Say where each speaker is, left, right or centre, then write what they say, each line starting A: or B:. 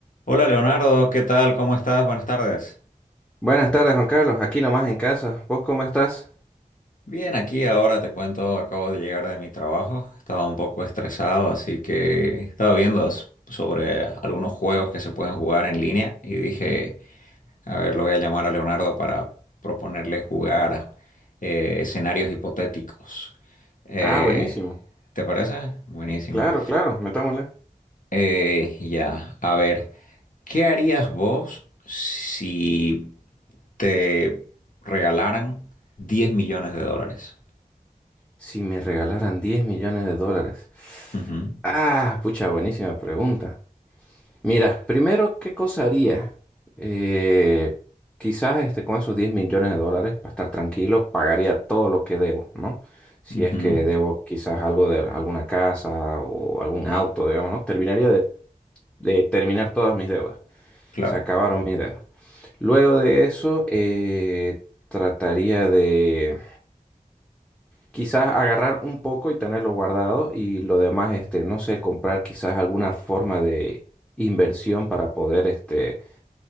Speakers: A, on the left; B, in the centre.
A: Hola Leonardo, ¿qué tal? ¿Cómo estás? Buenas tardes.
B: Buenas tardes, Juan Carlos. Aquí nomás en casa. ¿Vos cómo estás?
A: Bien, aquí ahora te cuento, acabo de llegar de mi trabajo, estaba un poco estresado, así que estaba viendo s- sobre algunos juegos que se pueden jugar en línea y dije, a ver, lo voy a llamar a Leonardo para proponerle jugar eh, escenarios hipotéticos. Eh,
B: Ah, buenísimo.
A: ¿te parece? Buenísimo.
B: Claro, claro, metámosle.
A: Eh, ya, a ver, ¿qué harías vos si te regalaran 10 millones de dólares?
B: Si me regalaran 10 millones de dólares.
A: Ujú,
B: Ah, pucha, buenísima pregunta. Mira, primero, ¿qué cosa haría? Eh, quizás este, con esos 10 millones de dólares, para estar tranquilo, pagaría todo lo que debo, ¿no? Si
A: ujú,
B: es que debo quizás algo de alguna casa o algún auto, digamos, ¿no? Terminaría de de terminar todas mis deudas.
A: claro,
B: Se acabaron mis dedos. Luego de eso, eh, trataría de quizás agarrar un poco y tenerlo guardado y lo demás, este, no sé, comprar quizás alguna forma de inversión para poder, este,